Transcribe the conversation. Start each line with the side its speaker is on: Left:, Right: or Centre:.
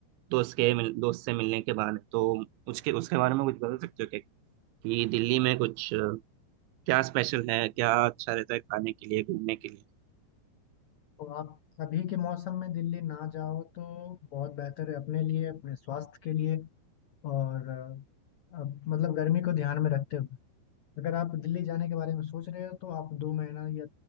Right: दोस्त के मिल दोस्त से मिलने के बाद तो उसके उसके बारे में कुछ बता सकते हो क्या कि दिल्ली में कुछ अ, क्या स्पेशल है क्या अच्छा रहता है खाने के लिए घूमने के लिए
Left: तो आप अभी के मौसम में दिल्ली ना जाओ तो बहुत बेहतर है अपने लिए अपने स्वास्थ्य के लिए और अ, मतलब गर्मी को ध्यान में रखते हुए अगर आप दिल्ली जाने के बारे में सोच रहे हो तो आप दो महीना या